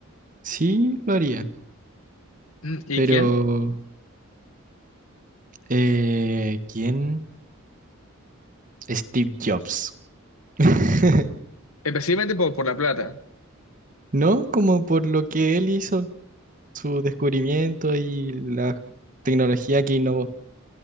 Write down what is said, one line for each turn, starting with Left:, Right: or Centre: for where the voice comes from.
Right: sí lo haría,
Left: Mm, ¿Y
Right: pero
Left: quién?
Right: eh, ¿quién? Steve Jobs. <laughs>
Left: Especialmente por, por la plata.
Right: No, como por lo que él hizo, su descubrimiento y la tecnología que innovó.